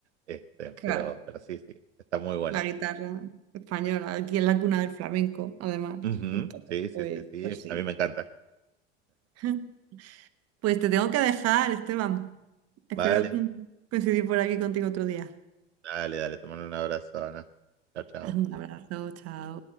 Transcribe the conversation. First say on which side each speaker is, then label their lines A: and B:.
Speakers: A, on the right; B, on the right.
A: Este,
B: claro.
A: pero, pero sí, sí, está muy bueno.
B: la guitarra española, aquí en la cuna del flamenco, además.
A: Ujú,
B: Entonces,
A: Sí, sí,
B: pues,
A: sí, sí,
B: pues sí.
A: a mí me encanta.
B: <laughs> Pues te tengo que dejar, Esteban. Espero
A: Vale,
B: coincidir por aquí contigo otro día.
A: dale, dale, te mando un abrazo, Ana. Chao, chao.
B: Un abrazo, chao.